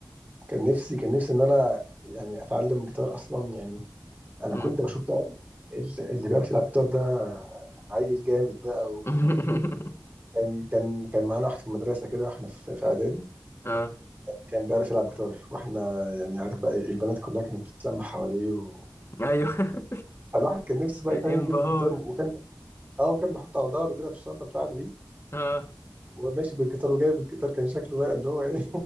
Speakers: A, on the right; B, on the left.
A: كان نفسي كان نفسي ان انا يعني اتعلم جيتار اصلا يعني انا
B: مم.
A: كنت بشوف بقى ال- اللي بيعرف يلعب جيتار ده عيل جامد بقى
B: <laughs>
A: وكان كان كان معانا واحد في المدرسه كده واحنا في في اعدادي
B: اه
A: كان بيعرف يلعب جيتار واحنا يعني عارف بقى البنات كلها كانت بتتلم حواليه و...
B: ايوه
A: فالواحد كان نفسه بقى
B: <laughs>
A: فاهم
B: انبهار
A: يجيب الجيتار وكان اه وكان بيحطه على ظهره كده في الشنطه بتاعته دي
B: اه
A: وماشي بالجيتار وجايب الجيتار كان شكله بقى اللي هو ايه